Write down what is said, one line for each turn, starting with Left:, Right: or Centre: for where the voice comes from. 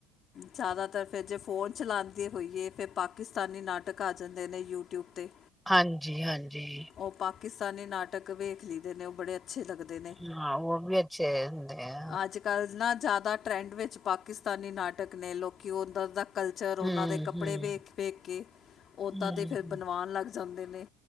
Left: ਜ਼ਿਆਦਾਤਰ ਫਿਰ ਜੇ ਫੋਨ ਚਲਾਉਂਦੇ ਹੋਈਏ ਫਿਰ ਪਾਕਿਸਤਾਨੀ ਨਾਟਕ ਆ ਜਾਂਦੇ ਨੇ ਯੂਟਿਊਬ 'ਤੇ
Centre: ਹਾਂਜੀ ਹਾਂਜੀ।
Left: ਉਹ ਪਾਕਿਸਤਾਨੀ ਨਾਟਕ ਵੇਖ ਲਈਦੇ ਨੇ ਉਹ ਬੜੇ ਅੱਛੇ ਲੱਗਦੇ ਨੇ।
Centre: ਹਾਂ ਉਹ ਵ। ੱੇਦੇ <unintelligible>
Left: ਅੱਜ ਕੱਲ੍ਹ ਨਾ ਜ਼ਿਆਦਾ ਟਰੈਂਡ ਵਿੱਚ ਪਾਕਿਸਤਾਨੀ ਨਾਟਕ ਨੇ ਲੋਕ ਉਧੱਰ ਦਾ,, ਕਲਚਰ ਉਹਨਾਂ
Centre: ਹਮ
Left: ਦੇ ਕੱਪੜੇ
Centre: ਹਮ
Left: ਵੇਖ ਵੇਖ ਕੇ ਉਦਾਂ
Centre: ਹਮ
Left: ਦੇ ਫਿਰ ਬਣਵਾਉਣ ਲੱਗ ਜਾਂਦੇ ਨੇ।